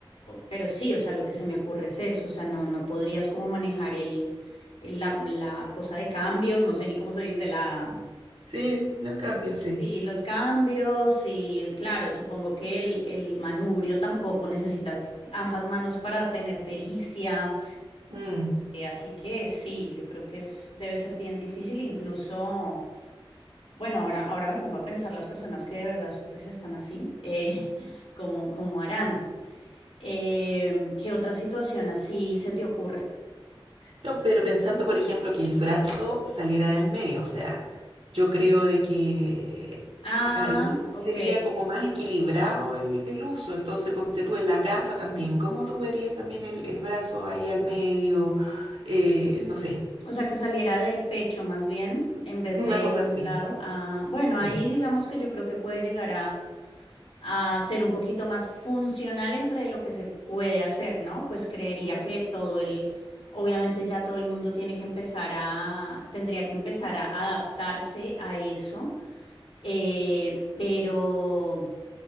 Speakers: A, on the left; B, on the right.
A: pero sí, o sea, lo que se me ocurre es eso, o sea, no, no podrías como manejar el, el- la, la cosa de cambios, no sé ni cómo se dice, la,
B: Sí, los cambios, sí.
A: Sí, los cambios y claro, supongo que el, el manubrio tampoco necesitas ambas manos para tener pericia.
B: Mm.
A: eh, así que sí, yo creo que es, debe ser bien difícil, incluso, bueno, ahora, ahora me pongo a pensar las personas que de verdad pues están así, eh, <laughs> ¿cómo, cómo harán? Em, ¿qué otra situación así se te ocurre?
B: No, pero pensando, por ejemplo, que el brazo saliera del medio, o sea, yo creo de que
A: Ah,
B: eh, ahí
A: ok.
B: sería como más equilibrado el, el uso. Entonces, ponte tú en la casa también, ¿cómo tú verías también el, el brazo ahí al medio? Eh, no sé,
A: O sea, que saliera del pecho más bien, en vez
B: una
A: de
B: cosa
A: un
B: así.
A: lado. Ah, bueno,
B: Sí,
A: ahí digamos que yo creo que puede llegar a a ser un poquito más funcional entre lo que se puede hacer, ¿no? Pues creería
B: Sí.
A: que todo el, obviamente ya todo el mundo tiene que empezar a, tendría que empezar a adaptarse a eso, eh, pero...